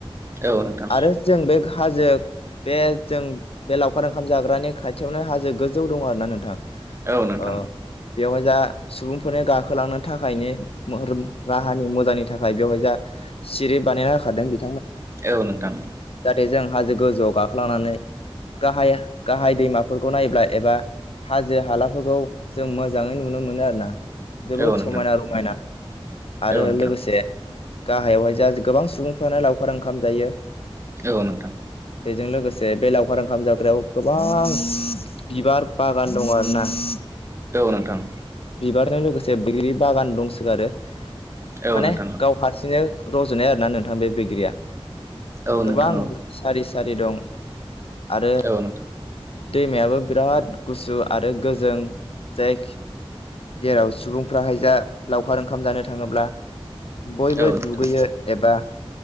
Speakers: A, on the right; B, on the left.
A: औ नोंथां
B: आरो जों बे हाजो। बे जों बे लावखार ओंखाम जाग्रानि खाथियावनो हाजो गोजौ दङ आरो ना नोंथां
A: औ नोंथां।
B: ओ बेवहाय जा सुबुंफोरनो गाखोलांनो थाखाय मरुम राहानि मो नि थाखाय बेवहाय जा सिरि बानायना होखादों ।
A: औ नोंथां।
B: जाहाथे जों हाजो गोजौआव गाखोलांनानै गाहाय-गाहाय दैमाफोरखौ नायोब्ला एबा हाजो हालाफोरखौ जों मोजाङै नुनो मोनो आरो ना । जोबोद
A: औ नोंथां
B: समायना रमायना आरो
A: औ नोंथां
B: लोगोसे गाहायावहाय जा गोबां सुबुंफ्रानो लावखार ओंखाम जायो ।
A: औ नोंथां।
B: बेजों लोगोसे बे लावखार ओंखाम जाग्रायाव गोबां बिबार बागान दं आरो ना ।
A: औ नोंथां।
B: बिबारजों लोगोसे बैग्रि बागान दंसोगारो
A: औ
B: माने
A: नोंथां
B: गाव हारसिंनो रज'नाय आरोना नोंथां बे बैग्रिया
A: औ
B: गोबां
A: नोंथां औ
B: सारि-सारि दं आरो
A: औ नोंथां
B: दैमायाबो बिराद गुसु आरो गोजों जाय जेराव सुबुंफ्राहाय जा लावखार ओंखाम जानो थाङोब्ला बयबो
A: औ नोंथां
B: दुगैयो एबा